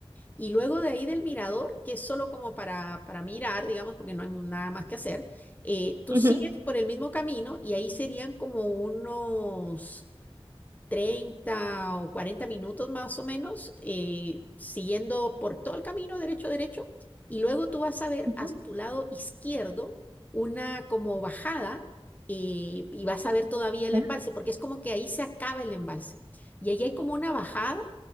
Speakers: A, on the left; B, on the right.
A: Y luego de ahí del mirador, que es solo como para, para mirar, digamos, porque no hay nada más que hacer, eh, tú
B: Ujú,
A: sigues por el mismo camino y ahí serían como unos... 30 o 40 minutos más o menos, eh, siguiendo por todo el camino derecho, derecho, y luego tú vas a ver
B: ujú,
A: a tu lado izquierdo una como bajada eh, y vas a ver todavía el
B: ya,
A: embalse, porque es como que ahí se acaba el embalse. Y ahí hay como una bajada